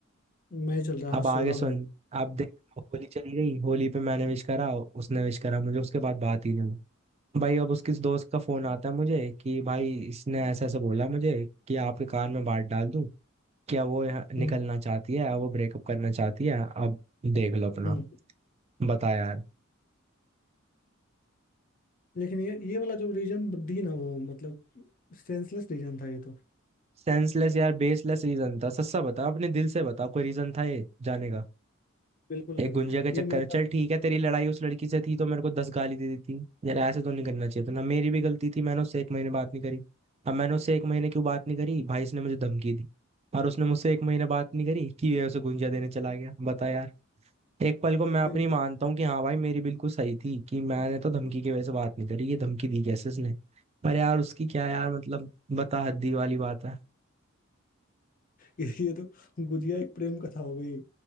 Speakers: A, on the left (about 40°); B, on the right (about 30°).
A: हम्म, मैं चल रहा है
B: अब
A: हाँ
B: आगे
A: सोलह
B: सुन
A: में
B: अब देख होली चली गई होली पे मैंने विश करा उसने विश करा मुझे उसके बाद बात ही नहीं हुई भाई अब उसके दोस्त का फोन आता है मुझे कि भाई इसने ऐसा ऐसा बोला मुझे कि आपके कान में बात डाल दूं क्या वो यहाँ निकलना
A: हम्म
B: चाहती है वो ब्रेकअप करना चाहती है अब देख लो अपना
A: हम्म
B: बता यार
A: लेकिन ये ये वाला जो रीजन दी ना वो मतलब सेंसलेस रीजन था ये तो
B: सेंसलेस यार बेसलेस रीजन था सस्ता बता अपने दिल से बता कोई रीजन था ये जाने का
A: बिल्कुल
B: एक
A: नहीं
B: गुंजिया के चक्कर
A: ये मेरे
B: में
A: साथ
B: चल ठीक है तेरी लड़ाई उस लड़की से थी तो मेरे को दस गाली दे दी थी यार ऐसे तो नहीं करना चाहिए था ना मेरी भी गलती थी मैंने उससे एक महीने बात नहीं करी अब मैंने उससे एक महीने क्यों बात नहीं करी भाई इसने मुझे धमकी दी और उसने मुझसे एक महीने बात नहीं करी कि ये उसे गुंजिया देने चला गया बता यार एक पल को मैं अपनी
A: <laughs>
B: मानता हूँ कि हाँ भाई मेरी बिल्कुल सही थी कि मैंने तो धमकी की वजह से बात नहीं करी ये धमकी दी कैसे इसने पर यार उसकी क्या यार मतलब बता हद्दी वाली बात
A: ये तो गुजिया एक प्रेम कथा हो गई